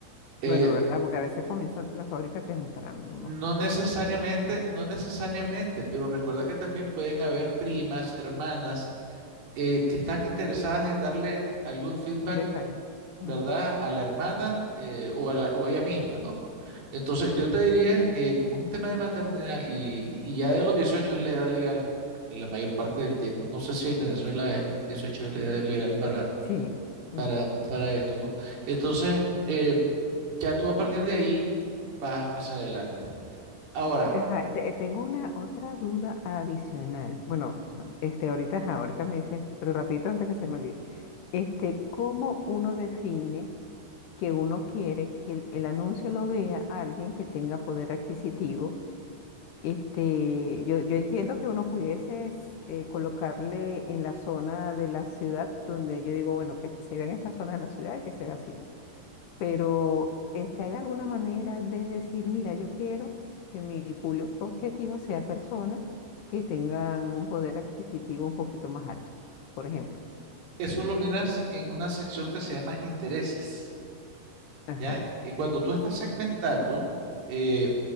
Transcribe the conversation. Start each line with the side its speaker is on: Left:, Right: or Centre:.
Right: Eh,
Left: Bueno, ¿verdad? Porque a veces comienza la fábrica temprano, uno
Right: no
Left: no sabe.
Right: necesariamente, no necesariamente, pero recuerda que también pueden haber primas, hermanas, eh, que están interesadas en darle algún feedback,
Left: Un detalle.
Right: ¿verdad?
Left: Ujú.
Right: A la hermana eh, o, a la- o a ella misma, ¿no? Entonces, yo te diría, eh, como es un tema de maternidad y, y ya de los 18 es la edad legal, la mayor parte del tiempo. No sé si en Venezuela el 18 es la edad legal para
Left: Sí. ujú.
Right: para, para esto, ¿no? Entonces, eh, ya tú a partir de ahí vas hacia adelante. Ahora,
Left: Ajá, te- tengo una otra duda adicional. Bueno, este, ahorita, ajá, ahorita me dices, pero rapidito antes que se me olvide. Este, ¿cómo uno define? que uno quiere que el, el anuncio lo vea alguien que tenga poder adquisitivo. Este, yo, yo entiendo que uno pudiese s- eh, colocarle en la zona de la ciudad donde yo digo, bueno, que se vea en esta zona de la ciudad y que se vea así, ¿no? Pero este, ¿hay alguna manera de decir, mira, yo quiero que mi público objetivo sea personas que tengan un poder adquisitivo un poquito más alto, por ejemplo?
Right: eso lo miras en una sección que se llama intereses,
Left: Ajá,
Right: ¿ya? Y cuando tú estás segmentando, eh,